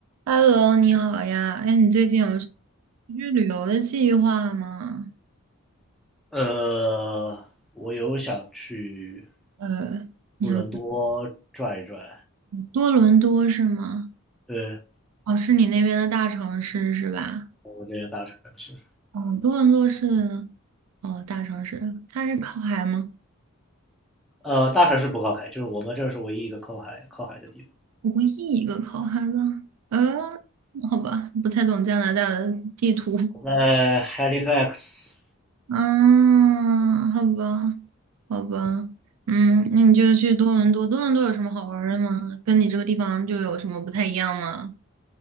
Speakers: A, on the right; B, in the centre.
A: Hello，你好呀，哎，你最近有去旅游的计划吗？
B: 呃，我有想去
A: 呃，
B: 多伦
A: 你有
B: 多转一转，
A: 多伦多是吗？
B: 对，
A: 哦，是你那边的大城市是吧？
B: 我这边大城市，
A: 哦，多伦多是哦大城市，它是靠海吗？
B: 呃，大城市不靠海，就是我们这是唯一一个靠海靠海的地方。
A: 我唯一一个靠海的，嗯，好吧，不太懂加拿大的地图。
B: 我在 Halifax
A: 嗯，好吧，好吧，嗯，那你就去多伦多。多伦多有什么好玩儿的吗？跟你这个地方就有什么不太一样吗？